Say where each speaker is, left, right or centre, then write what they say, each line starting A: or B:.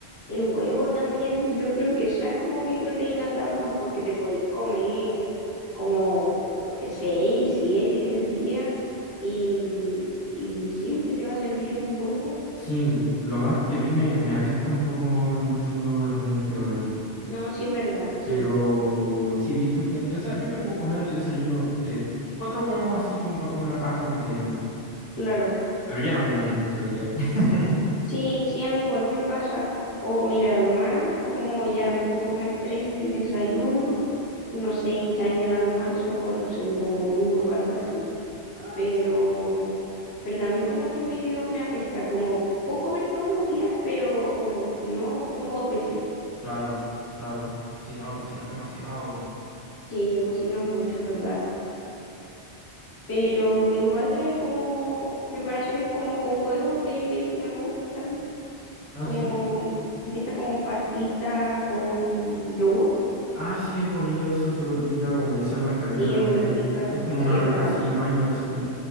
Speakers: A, on the left; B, on the left.
A: El huevo también, yo creo que esa es como mi proteína trampa porque te podéis comer como seis, siete en el día y, y siempre te va a servir un huevo.
B: Sí, lo malo es que a mí me, me apesta un poco comer mucho huevo de repente, weón.
A: No, sí es verdad, sí,
B: Pero sí he visto gente, o sea, yo me puedo comer en el desayuno eh, cuatro huevos así como para comer harta proteína,
A: claro.
B: pero ya no me dije el resto del día. <laughs>
A: Sí, sí, a mí igual me pasa. O mira, lo más como ya me puedo comer tres en el desayuno y no sé, quizá en el almuerzo, no sé, un huevo duro o algo así.
B: Ah,
A: Pero,
B: sí.
A: pero también como que medio me apesta, como puedo comer todos los días, pero no como dos veces.
B: Claro, claro. Sí, no, que si no es demasiado, weón.
A: Sí, o si no es mucho, es verdad. Pero igual hay como preparaciones como con huevo que, que me gustan,
B: Ah,
A: como
B: sí.
A: de esta como pastita con yogur.
B: Ah, sí, he comido, son súper ricas, weón. Y salvan caleta
A: Sí,
B: también.
A: muy rica.
B: Que es como una
A: Sí, es verdad.
B: casi mayo, así.